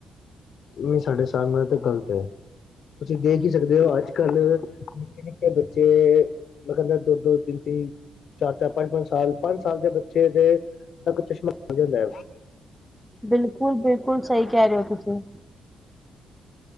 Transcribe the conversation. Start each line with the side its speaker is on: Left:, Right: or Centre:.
Left: ਮੀ ਸਾਢੇ ਹਿਸਾਬ ਨਾਲ ਤੋਂ ਗੱਲਤ ਐ, ਤੁਸੀਂ ਦੇਖ ਹੀ ਸਕਦੇ ਹੋ, ਅੱਜ-ਕੱਲ੍ਹ ਨਿੱਕੇ-ਨਿੱਕੇ ਬੱਚੇ ਮਹਾ ਦੋ-ਦੋ ਤਿੰਨ ਚ ਚਾਰ-ਚਾਰ, ਪੰਜ-ਪੰਜ ਸਾਲ ਪੰਜ ਸਾਲ ਦੇ ਬੱਚੇ ਦੇ ਤੱਕ ਚਸ਼ਮਾ ਹੁੰਦਾ ਹੈ। ਹੂੰ,
Centre: ਬਿਲਕੁਲ, ਬਿਲਕੁਲ, ਬਿਲਕੁਲ ਸਹੀ ਕਹਿ ਰਹੇ ਹੋ ਤੁਸੀਂ